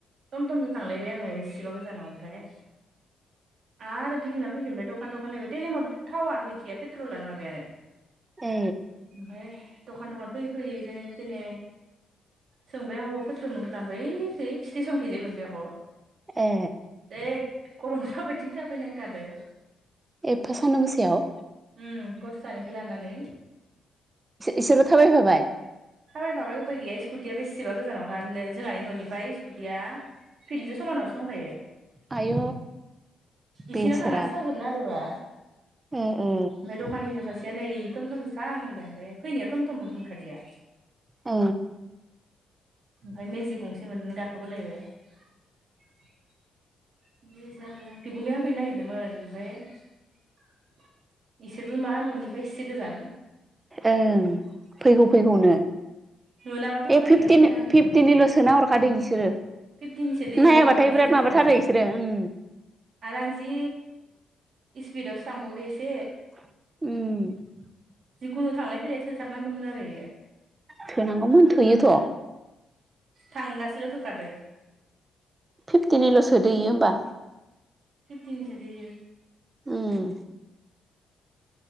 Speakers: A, on the right (about 60°); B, on the right (about 30°).
A: टम टमजों थांलायबाय आङो बेसिबा गोजानाव ओमफ्राय आरो गिदिंना फैफिनबाय दखान दखान नायबाय टेलेमाव थावानो गैखाया पेट्रलानो माबाया नो
B: ए
A: ओमफ्राय दखान दखान फैयै फैयै जेने थेने सोंबाय आं अबावा पेट्रल मोनगोन आमफाय ऐखै स्टेसनखैजाय मोनबाय आख
B: ए
A: जै गरमाव थाबायथिं थाबायना गादो
B: एफा सान्दुं गोसेयाव
A: उम गथ' सानैखौ लानानै
B: इसोरो थाबायफाबाय
A: थाबायफाबाय उफाय गैया स्कुटिया बेसेबा गोजानावंखारनो जोंहानि न'निफ्राय स्कुटिया फिलजों समानावसो दंखायो
B: आय' बेसेरा
A: इसिनाव थांनानैसो थावजोबनोदोबा
B: ओ ओ
A: बे दखानि नै थमथमजों थां होनबाय ओमफ्राय फैनायाथ थमथममोननो मोनखालिया
B: औ
A: ओमफ्राय मेजिक गंसे <unintelligible> बिगोमाया होफैनो नागिरदोंमोन ओमफ्राय बिसोरबो मा न'निफ्राय एसे गोजान
B: ओं फैगौ फैगौनो
A: मोनाबाथ' उफाय
B: ए फिफ्टिन
A: गैया होफैखानांगौमोन
B: फिफ्टिननिल सोना हरखादों बिसोरो
A: फिफ्टिनिसो दैयो
B: नायाबाथाय
A: नङाबा इदियानो
B: बिराद
A: जाफेरा
B: माबाथारो बिसोरो ओ
A: आरो आं जि इसपिदावसो थांबावदो एसे
B: उम
A: जिखुनु थांलायैलाय थोथारनांगौमोन आरो
B: थोनांगौमोन थोयोथ
A: थांगासिल थोखादो
B: फिफ्टिननिल सोदो इयो होमबा
A: फिपथिनि सोदो इयो
B: उम